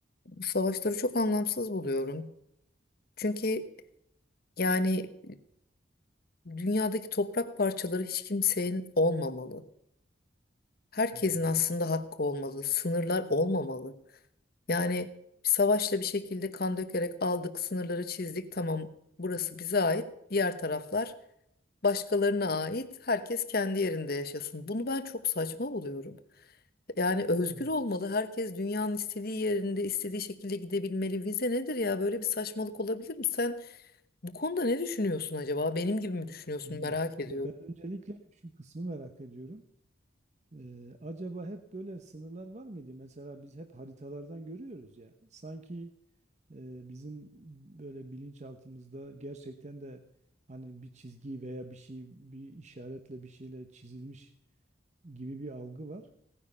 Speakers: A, on the left; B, on the right.
A: bu savaşları çok anlamsız buluyorum. Çünkü yani dünyadaki toprak parçaları hiç kimsenin olmamalı. Herkesin
B: Hmm,
A: aslında hakkı olmalı, sınırlar olmamalı. Yani savaşla bir şekilde kan dökerek aldık, sınırları çizdik. Tamam, burası bize ait. Diğer taraflar başkalarına ait. Herkes kendi yerinde yaşasın. Bunu ben çok saçma buluyorum. Yani özgür
B: evet.
A: olmalı. Herkes dünyanın istediği yerinde, istediği şekilde gidebilmeli. Vize nedir ya? Böyle bir saçmalık olabilir mi? Sen bu konuda ne düşünüyorsun acaba? Benim gibi mi düşünüyorsun?
B: Evet.
A: Merak ediyorum.
B: Ya ben öncelikle şu kısmı merak ediyorum. Ee, acaba hep böyle sınırlar var mıydı? Mesela biz hep haritalardan görüyoruz ya. Sanki e, bizim böyle bilinçaltımızda gerçekten de hani bir çizgi veya bir şey, bir işaretle bir şeyle çizilmiş gibi bir algı var.